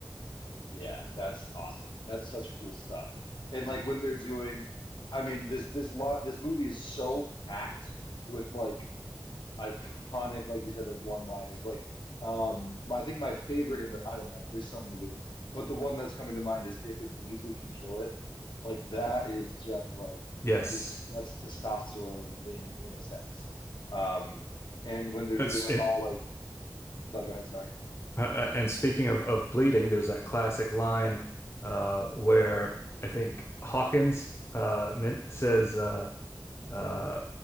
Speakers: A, on the left (about 85°); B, on the left (about 35°).
A: Yeah, that's awesome. That's such cool stuff. And like when they're doing, I mean, this this lot this movie is so packed with like iconic, like you said, like one-liners. Like, um, I think my favorite in the I don't know, there's so many good ones, but the one that's coming to mind is "If it bleeds, we can kill it." Like that is just like
B: Yes,
A: just that's testosterone in in a sentence. Um, and when they're
B: That's
A: doing like
B: and
A: all like no, go ahead, sorry.
B: Uh, uh, and speaking of, of bleeding, there's that classic line uh, where I think Hawkins uh, says, uh, uh,